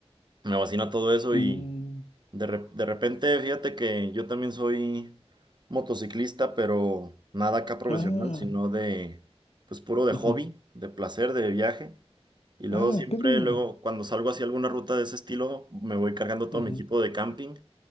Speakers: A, on the right (about 45°); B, on the left (about 70°).
A: Me fascina todo eso
B: mm.
A: y de, re- de repente, fíjate que yo también soy motociclista, pero nada acá profesional,
B: Ah,
A: sino de, pues puro de
B: ujú.
A: hobby, de placer, de viaje. Y luego
B: Ah,
A: siempre,
B: qué lindo.
A: luego cuando salgo hacia alguna ruta de ese estilo, me voy cargando todo
B: Ujú.
A: mi equipo de camping